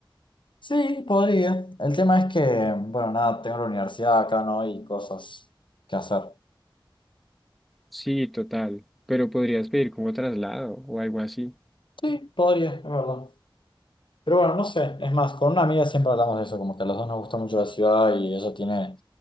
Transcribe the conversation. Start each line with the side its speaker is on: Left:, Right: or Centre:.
Left: Sí, podría. El tema es que, bueno, nada, tengo la universidad acá, ¿no? Y cosas que hacer.
Centre: Sí, total. Pero podrías pedir como traslado o algo así.
Left: Sí, podría, es verdad. Pero bueno, no sé, es más, con una amiga siempre hablamos de eso, como que a los dos nos gusta mucho la ciudad y ella tiene